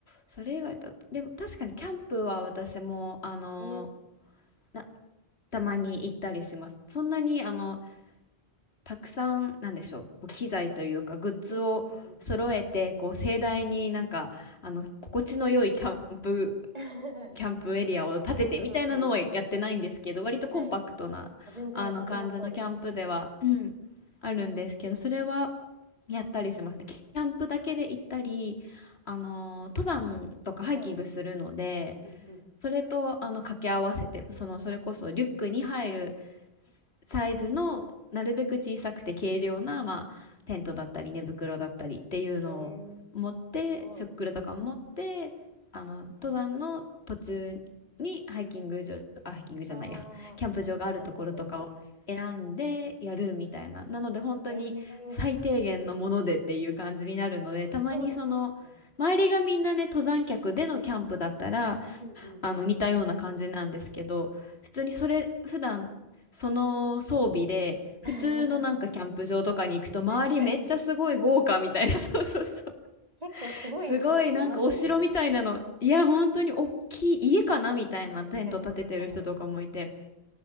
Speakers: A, on the left (about 75°); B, on the right (about 40°).
A: それ以外だと、でも確かにキャンプは私も、あの
B: えー、
A: なたまに行ったりします。そんなにあのたくさんなんでしょう、こう機材というかグッズを揃えてこう盛大になんかあの心地の良いキャンプ
B: うんうんうん。<laughs>
A: キャンプエリアを建ててみたいなのはやってないんですけど、
B: うんうんうん。
A: 割とコンパクトなあの感じのキャンプでは、
B: はい。あ、全然私もそうです。
A: うん、あるんですけど、それはやったりしますね。キャンプだけで行ったり、あの登山とかハイキングするので。
B: はい。うんうん。
A: それとあの掛け合わせてそのそれこそリュックに入るサイズのなるべく小さくて軽量な、まあ、テントだったり寝袋だったりっていうのを持って食料とかも持ってあの登山の途中にハイキング場あハイキングじゃないやキャンプ場があるところとかを選んでやるみたいななので本当に最低限のものでっていう感じになるのでたまにその周りがみんなね登山客でのキャンプだったら
B: えー、すごい。ああ、キャンプ場。えー、そうですね。うんうんうん。
A: あの似たような感じなんですけど普通にそれ普段その装備で普通のなんかキャンプ場とかに行くと周りめっちゃすごい豪華みたいな
B: <laughs> 確かに。
A: <laughs> そうそうそう
B: 結構すごい人たちいますもんね。
A: すごいなんかお城みたいなのいや本当に大きい家かなみたいなテント立ててる人とかもいて
B: うん。確かに、確かに。